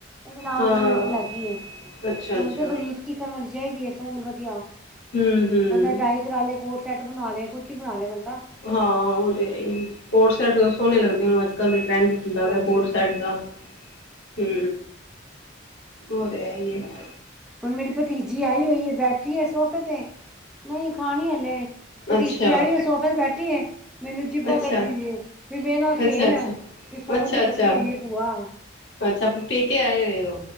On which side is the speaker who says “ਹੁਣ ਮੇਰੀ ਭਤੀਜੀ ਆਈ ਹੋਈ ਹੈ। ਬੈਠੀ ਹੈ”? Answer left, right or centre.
Centre